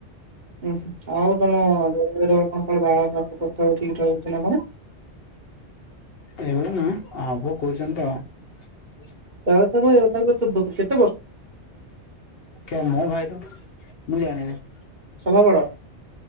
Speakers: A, on the right; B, on the left.
A: ହୁଁ ଆଉ ତମ ଦଉ କଣ କଣ ବାହାଘର ଫାହାଘର। ପ୍ରସ୍ତାବ ଠିକ୍ ଠାକ ଅଛି ନା କଣ?
B: ଏବେ ନା ହବ କହୁଛନ୍ତି ତ ଆଉ।
A: <unintelligible> <unintelligible>
B: କେମ ଭାଇ ର। ମୁଁ ଜାଣିନି।
A: ସଭା ବଡ।